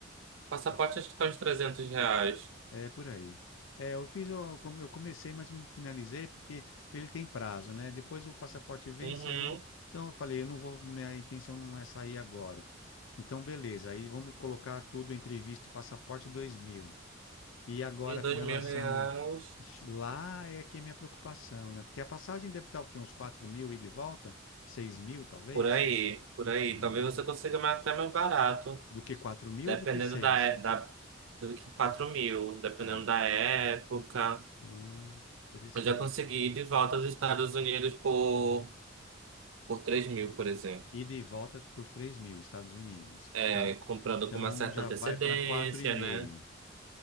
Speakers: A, on the right; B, on the left.
A: passaporte
B: Pode.
A: acho que tá uns 300 reais.
B: É por aí. É, eu fiz, eu come- eu comecei, mas não finalizei porque ele tem prazo, né? Depois o passaporte vence
A: Uhum,
B: aí. Então eu falei, eu não vou, minha intenção não é sair agora. Então beleza, aí vamos colocar tudo entre visto e passaporte 2000. E agora
A: e dois
B: com relação
A: mil reais.
B: lá é que é minha preocupação, né? Porque a passagem deve estar o quê? Uns quatro mil e de volta? seis mil talvez?
A: Por aí, por aí.
B: É,
A: Talvez
B: né? De-
A: você consiga mais- até mais barato.
B: do que quatro mil
A: Dependendo
B: ou do que seis,
A: da, é- da, do que quatro mil, dependendo
B: Tá.
A: da época.
B: Ah, interessante.
A: Eu já consegui ir de volta aos Estados Unidos por, por três mil, por exemplo.
B: Ida e volta por três mil, Estados Unidos.
A: É,
B: Tá.
A: comprando
B: Então
A: com uma certa
B: já
A: antecedência,
B: vai para quatro quatro e meio,
A: né?